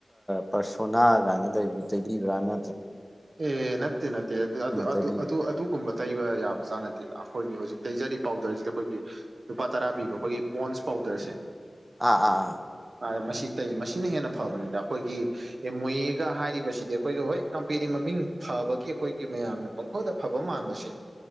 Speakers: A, in the centre; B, on the right.
A: ꯄꯥꯔꯁꯣꯅꯥ ꯀꯥꯏꯅ ꯂꯩꯕꯗꯨꯣ ꯇꯩꯕꯤꯕ꯭ꯔꯥꯅ
B: ꯑꯦ ꯅꯠꯇꯦ ꯅꯠꯇꯦ ꯑꯗꯨ
A: ꯇꯩꯕꯤꯕ꯭ꯔꯥ
B: ꯑꯗꯨ ꯑꯗꯨ ꯀꯨꯝꯕ ꯇꯩꯕ ꯌꯥꯕ ꯆꯥꯅꯗꯦꯗ ꯑꯩꯈꯣꯏꯒꯤ ꯍꯧꯖꯤꯛ ꯇꯩꯖꯔꯤꯕ ꯄꯥꯎꯗꯔꯁꯤꯗ ꯑꯩꯈꯣꯏꯒꯤ ꯂꯨꯄꯥ ꯇꯔꯥ ꯄꯤꯕ ꯑꯩꯈꯣꯏꯒꯤ ꯄꯣꯟꯁ ꯄꯥꯎ ꯄꯥꯎꯗ꯭ꯔꯁꯦ
A: ꯑꯥ ꯑꯥ ꯑꯥ
B: ꯑ ꯃꯁꯤ ꯇꯩ ꯃꯁꯤꯅ ꯍꯦꯟꯅ ꯐꯕꯅꯤꯗ ꯑꯩꯈꯣꯏꯒꯤ ꯑꯦꯝ ꯋꯦꯒ ꯍꯥꯏꯔꯤꯕꯁꯤꯗꯤ ꯑꯩꯈꯣꯏꯒ ꯍꯣꯏ ꯄꯤꯔꯤ ꯃꯃꯤꯡ ꯐꯕꯒꯤ ꯑꯩꯈꯣꯏꯒꯤ ꯃꯌꯥꯝꯅ ꯄꯪꯈꯣꯏꯗ ꯐꯕ ꯃꯥꯟꯕꯁꯦ